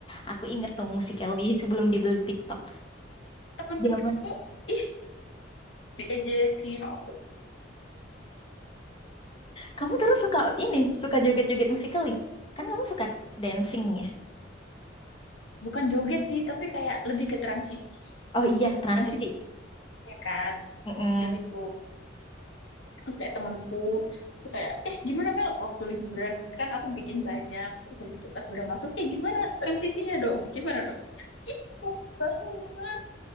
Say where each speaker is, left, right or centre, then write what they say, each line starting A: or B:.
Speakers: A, on the left; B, on the left.
A: Aku inget tuh Musical.ly sebelum dibeli TikTok.
B: Temen-temen
A: Zaman.
B: itu ih, diajakin aku.
A: Kamu terus suka ini, suka joget-joget Musical.ly. Kan kamu suka dancing ya?
B: Bukan joget sih, tapi kayak lebih ke transisi.
A: Oh iya, transisi.
B: Transisinya kan.
A: Mm-mm.
B: Musik Kelly itu. terus kayak temenku itu kayak eh gimana Mel waktu liburan kan aku bikin banyak terus habis itu pas udah masuk eh gimana transisinya dong gimana dong <laughs> ih lama banget